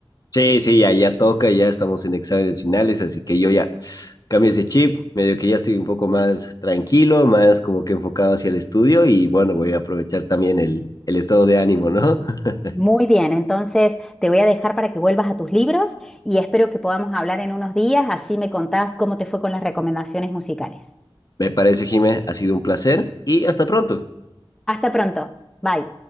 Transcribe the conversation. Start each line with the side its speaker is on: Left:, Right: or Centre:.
Left: Sí, sí, ya, ya toca, ya estamos en exámenes finales, así que yo ya cambio ese chip, medio que ya estoy un poco más tranquilo, más como que enfocado hacia el estudio y bueno, voy a aprovechar también el, el estado de ánimo, ¿no? <laughs>
Centre: Muy bien, entonces te voy a dejar para que vuelvas a tus libros y espero que podamos hablar en unos días, así me contás cómo te fue con las recomendaciones musicales.
Left: Me parece, Jimé, ha sido un placer y hasta pronto.
Centre: Hasta pronto. Bye.